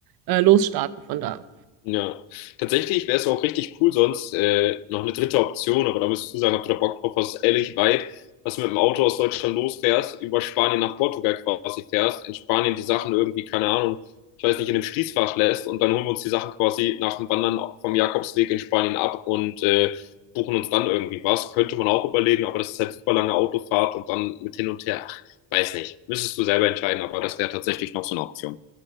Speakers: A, on the right (about 55°); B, on the left (about 85°).
A: äh, losstarten von da.
B: Ja, tatsächlich wäre es auch richtig cool, sonst äh, noch eine dritte Option, aber da müsstest du sagen, ob du da Bock drauf hast, ehrlich weit, was du mit dem Auto aus Deutschland losfährst, über Spanien nach Portugal quasi fährst, in Spanien die Sachen irgendwie, keine Ahnung, ich weiß nicht, in dem Schließfach lässt und dann holen wir uns die Sachen quasi nach dem Wandern vom Jakobsweg in Spanien ab und äh, buchen uns dann irgendwie was. Könnte man auch überlegen, aber das ist halt super lange Autofahrt und dann mit hin und her. Ach, weiß nicht. Müsstest du selber entscheiden, aber das wäre tatsächlich noch so eine Option.